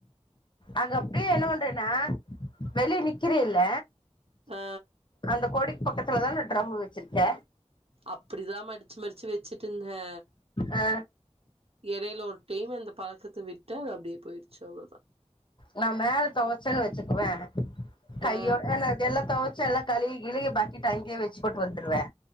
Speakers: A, on the left; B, on the right.
A: அங்க அப்டியே என்னவன்றினா வெளிய நிக்கிறீல்ல
B: ஆ
A: அந்த கோடிக்கு பக்கத்துலதான ட்ரம் வச்சிருக்க
B: அப்டிதா மடிச்சு மடிச்சு வச்சுட்டு இந்தே
A: ஆ
B: இடையில ஒரு டைம் அந்த பழக்கத்த விட்டே அது அப்டியே போய்ருச்சு அவ்ளத
A: நா மேல தொவச்சன் வச்சுக்குவே கையோட்
B: ஆ
A: என்னதெல்லா தொவச்சு எல்லா கழுவி கிழுவி பக்கெட்ட அங்கயே வெச்சுப்போட்டு வந்துருவே